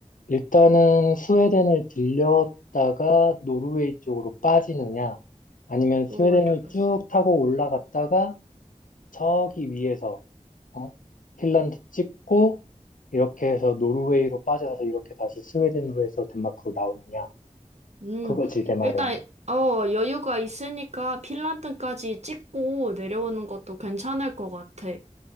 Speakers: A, on the left; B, on the right.
A: 일단은 스웨덴을 들렸다가 노르웨이 쪽으로 빠지느냐, 아니면 스웨덴을
B: 도로 이래 빠
A: 쭉 타고 올라갔다가 저기 위에서, 어? 핀란드 찍고, 이렇게 해서 노르웨이로 빠져서 이렇게 다시 스웨덴으로 해서 덴마크로 나오느냐.
B: 음,
A: 그거지, 내 말은.
B: 일단, 어, 여유가 있으니까 핀란드까지 찍고 내려오는 것도 괜찮을 것 같아.